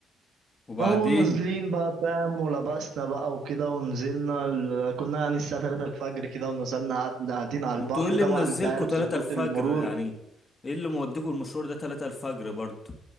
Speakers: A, on the left; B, on the right.
A: وبعدين
B: اهو نازلين بقى فاهم ولبسنا بقى وكده ونزلنا ال- كنا يعني الساعة 3 الفجر كده ونزلنا قعد- قاعدين على
A: انتوا
B: البحر
A: ايه اللي
B: طبعا
A: منزلكوا
B: انت عارف
A: تلاتة
B: ضباط
A: الفجر
B: المرور
A: يعني ايه اللي موديكوا المشوار ده تلاتة الفجر برضو